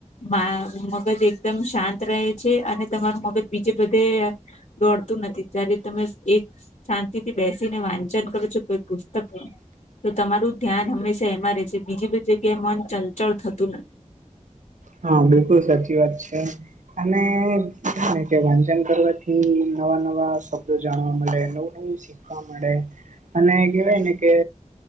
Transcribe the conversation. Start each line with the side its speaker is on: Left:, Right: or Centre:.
Left: મા મગજ એક. એકદમ શાંત રહે છે, અને તમારું મગજ બીજે બધે દોડતું નથી ત્યારે તમે એક, શાંતિ થી બેસીને વાંચન કરું છું કોઈ પુસ્તક ન તો તમારું ધ્યાન હંમેશા એમાં રહે છે, બીજી બધી જગ્યાએ મન ચંચળ થતું નથી.
Right: હા બિલકુલ સાચી વાત છે. અનેને કે વાચન કરવાથી નવા નવા શબ્દો જાણવા મળે નવું નવું. વા મળે અને કેહેવાય ને કે,